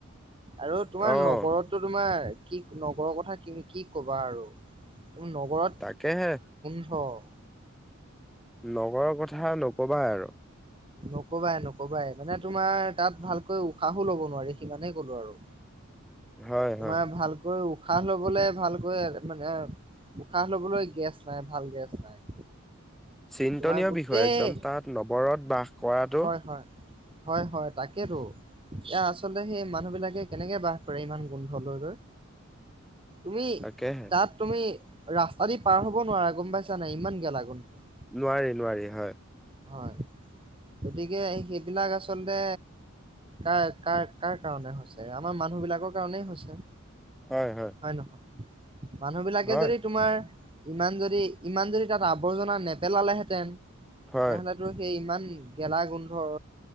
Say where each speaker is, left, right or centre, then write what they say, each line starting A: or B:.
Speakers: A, on the right; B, in the centre.
A: আৰু তোমাৰ
B: অ'
A: নগৰত তোমাৰ কি নগৰৰ কথা কি কি ক'বা আৰু তুমি নগৰত
B: তাকে হে।
A: অ।
B: নগৰৰ কথা নকবা আৰু।
A: নকবাই নকবাই মানে তোমাৰ তাত ভালকৈ উশাহো ল'ব নোৱাৰি সিমানে গলো আৰু।
B: হয়
A: তোমাৰ
B: হয়
A: ভাল উশাহ ল'বলৈ ভালকৈ মানে উশাহ ল'বলৈ গেছ নাই ভাল গেছ নাই।
B: চিন্তনীয়
A: তোমাৰ গোটেই
B: বিষয় একদম তাত নৱৰত বাস কৰাটো
A: হয় হয় হয় হয় তাকেইতো এয়া আ আচলতে সেই মানুহ বিলাকে কেনেকে বাস কৰে ইমান গোন্ধ লৈ লৈ? তুমি
B: তাকেহে
A: তাত তুমি ৰাস্তা দি পাৰ হ'ব নোৱাৰা গম পাইছা নাই ইমান গেলা গন্ধ।
B: নোৱাৰি নোৱাৰি হয়।
A: হয়। গতিকে সেইবিলাক আচলতে কাৰ কাৰ কাৰ কাৰণে হৈছে আমাৰ মানুহবিলাকৰ কাৰণেই হৈছে।
B: হয় হয়।
A: হয় নহয় মানুহ বিলাকে
B: হয়
A: যদি তোমাৰ ইমান যদি ইমান যদি তাত আৱৰ্জনা নেপেলালেহেঁতেন
B: হয়
A: তেনে কিন্তু সেই ইমান গেলা গোন্ধৰ